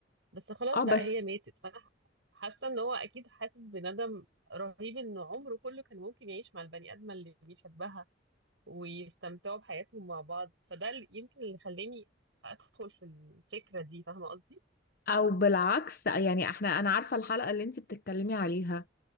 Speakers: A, on the right; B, on the left.
A: بس خلاص
B: اه
A: بقى
B: بس
A: هي ماتت فانا حاسه حاسة ان هو اكيد حاسس بندم رهيب ان عمره كله كان ممكن يعيش مع البني ادمه اللي بيحبها ويستمتعوا بحياتهم مع بعض فده اللي- يمكن اللي خلاني ادخل في الفكره دي فاهمه قصدي
B: او بالعكس يعني احنا انا عارفه الحلقه اللي انت بتتكلمي عليها